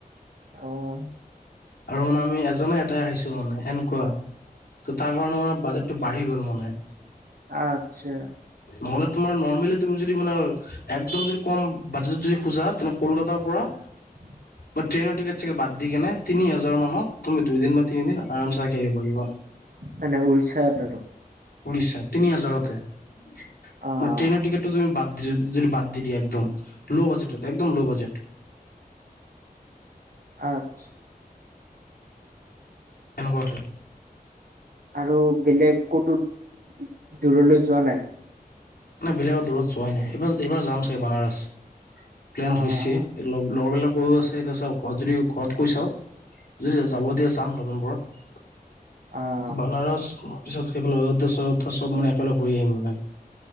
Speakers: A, on the right (about 70°); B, on the left (about 75°).
A: অঁ'
B: আৰু মানে আমি এজনে এটাই খাইছো মানে সেনকুৱা ত' তাৰ কাৰণে মানে বাজেট- টো বাঢ়ি গ'ল মানে।
A: আৎচ্ছা।
B: নহ'লে তোমাৰ নৰ্মেলি তুমি যদি মানে একদম যদি কম বাজেটত যদি খোজা তেনে কলকাতাৰ পৰা-
A: <inaudible>
B: বা ট্ৰেইনৰ টিকেট চিকেট বাদ দি কেনে তিনি হাজাৰৰ মানত তুমি দুই দিন বা তিনি দিন আ- আৰামচে থাকি আহিব পাৰিব।
A: মানে উৰিষ্যাত আৰু
B: উৰিষ্যা তিনি হাজাৰতে, মানে
A: অ',
B: ট্ৰেইনৰ টিকেট- টো যদি বাদ দি যদি বাদ দি দিয়া একদম ল' বাজেটত একদম ল' বাজেটট ত'-
A: আত্ছ-
B: এনেকুৱা টাইপ।
A: আৰু বেলেগ ক'তো দূৰলৈ যোৱা নাই।
B: মানে বেলেগৰ দূৰত যোৱাই নাই এইবাৰ এইবাৰ যাম চাগে বানাৰছ প্লেন
A: অ',
B: হৈছে। এই লগ লগৰবিলাক- কৈ আছে এতিয়া চাওঁ ঘৰত যদি ঘৰত কৈ চাওঁ, যদি যাব দিয়ে যাম নৱেম্বৰত।
A: অ',
B: বানাৰস পিছত সেইফালে অযোধ্যা চয়োধ্যা চব মানে একেলগে ঘূৰি আহিম মানে।